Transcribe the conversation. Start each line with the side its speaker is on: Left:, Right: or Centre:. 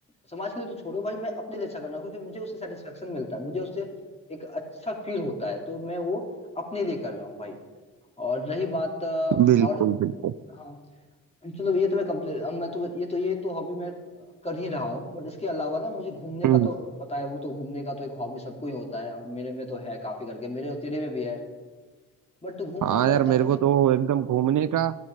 Left: समाज के लिए तो छोड़ो भाई मैं अपने लिए अच्छा कर रहा हूँ क्योंकि मुझे उससे सेटिस्फेक्शन मिलता है मुझे उससे एक अच्छा फील होता है तो मैं वो अपने लिए कर रहा हूँ भाई और रही बात अ,
Right: बिल्कुल
Left: और
Right: बिल्कुल
Left: हाँ चलो ये तो मैं कंप्लीट मैं तो ये तो ये तो हॉबी मैं कर ही रहा हूँ बट इसके अलावा ना मुझे घूमने
Right: हम्म।
Left: का तो पता है वो तो घूमने का तो एक हॉबी सबको ही होता है और मेरे में तो है काफी करके मेरे और तेरे में भी है बट घूमना
Right: हाँ
Left: क्या
Right: यार
Left: होता
Right: मेरे
Left: है ना
Right: को
Left: कि
Right: तो एकदम घूमने का